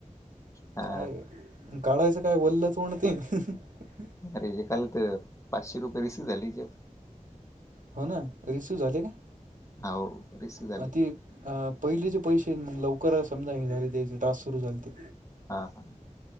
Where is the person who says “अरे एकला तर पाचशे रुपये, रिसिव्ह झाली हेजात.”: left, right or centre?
Left